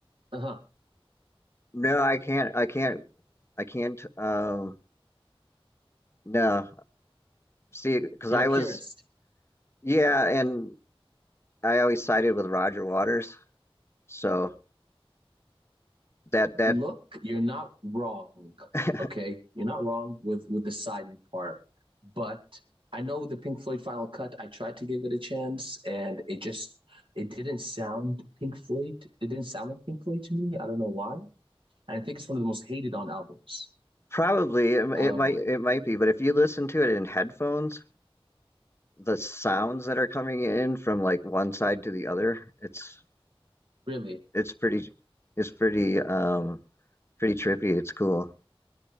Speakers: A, on the right (about 60°); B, on the left (about 25°).
A: Uh huh.
B: No, I can't, I can't, I can't, um, no, see, because
A: You're
B: I
A: a purist.
B: was, yeah, and I always sided with Roger Waters. So that, that,
A: look, you're not wrong.
B: <laughs>
A: Okay, you're not wrong with with the signing part, but I know the Pink Floyd final cut. I tried to give it a chance, and it just it didn't sound Pink Floyd. It didn't sound like Pink Floyd to me. I don't know why. And I think it's one of the most hated on albums.
B: Probably it, it
A: Um,
B: might it might be, but if you listen to it in headphones, the sounds that are coming in from like one side to the other, it's
A: really.
B: it's pretty it's pretty um pretty trippy. It's cool.